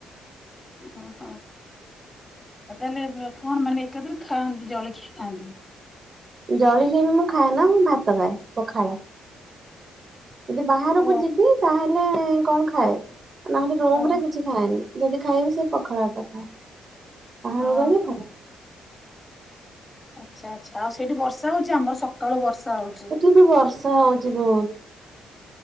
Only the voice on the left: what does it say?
ଓ ହୋ। ଆଉ ତାହେଲେ କଣ ମାନେ ଏକାଥରେ ଖାଆନ୍ତି ଜଳଖିଆ ଖାଆନ୍ତି।
ଓ
ଓ
ଓହୋ।
ଆଚ୍ଛା ଆଛା ଆଉ ସେଇଠି ବର୍ଷା ହଉଛି ଆମର ସକାଳୁ ବର୍ଷା ହଉଛି।